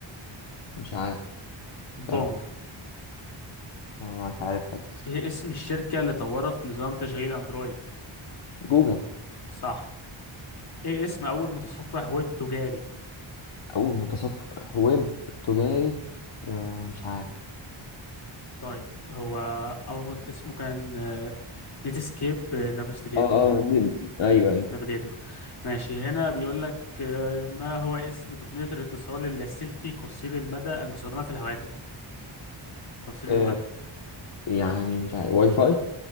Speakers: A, on the left (about 65°); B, on the left (about 50°).
A: مش عارف صراحة
B: بونج
A: أنا مش عارفها بس
B: ايه اسم الشركة اللي طورت نظام تشغيل اندرويد
A: جوجل
B: صح ايه اسم اول متصفح ويب تجاري
A: أول متصفح ويب تجاري أه مش عارف
B: طيب هو اول مت... اسمه كان نيتسكيب نافيجيتور
A: اه اه دي- ايوه
B: نافيجيتور ماشي هنا بيقول لك آه، ما هو اسم تقنية الاتصال اللاسلكي قصير المدى المستخدمة في الهواتف قصير
A: ايوه
B: المدى
A: يعني مش عارف واي فاي